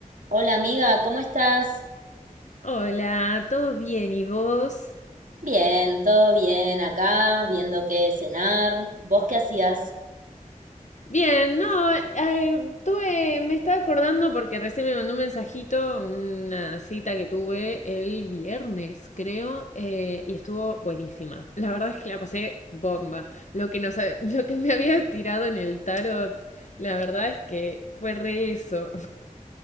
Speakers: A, on the right; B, on the left.
A: Hola amiga, ¿cómo estás?
B: Hola, ¿todo bien? ¿Y vos?
A: Bien, todo bien acá, viendo qué cenar. ¿Vos qué hacías?
B: Bien, no, eh, tuve, me estaba acordando porque recién me mandó un mensajito, una cita que tuve el viernes, creo, eh, y estuvo buenísima. La verdad es que la pasé bomba. Lo que nos, ha- <laughs> lo que me había tirado en el tarot, la verdad es que fue re eso.